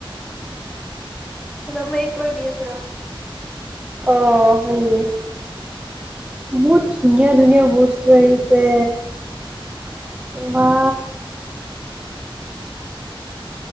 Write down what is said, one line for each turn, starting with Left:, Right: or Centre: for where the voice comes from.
Centre: <unintelligible> মই এইক কিবা এটা দি আছো ৰ।
Right: অঁ হয় নেকি, বহুত ধুনীয়া- ধুনীয়া বস্তু আহিছে, বা